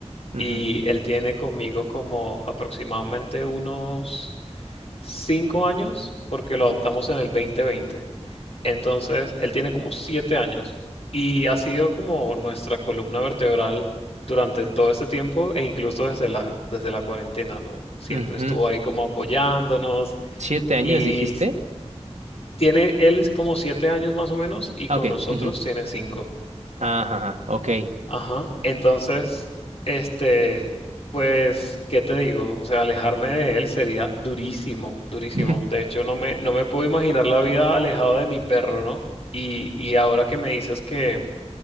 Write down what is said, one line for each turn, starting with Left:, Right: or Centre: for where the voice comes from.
Right: ujú,
Left: y él tiene conmigo como aproximadamente unos cinco años, porque lo adoptamos en el 2020. Entonces, él tiene como siete años y ha sido como nuestra columna vertebral durante todo este tiempo e incluso desde la, desde la cuarentena, ¿no? Siempre
Right: ujú.
Left: estuvo ahí como apoyándonos
Right: ¿Siete años
Left: y
Right: dijiste?
Left: s- tiene, él es como siete años más o menos y
Right: Ah,
Left: con
Right: Ok.
Left: nosotros
Right: ujú.
Left: tiene cinco.
Right: Ajá, ajá, ok.
Left: Ajá. Entonces, este, pues, ¿qué te digo? O sea, alejarme de él sería durísimo, durísimo.
Right: <laughs>
Left: De hecho, no me, no me puedo imaginar la vida alejada de mi perro, ¿no? Y, y ahora que me dices que,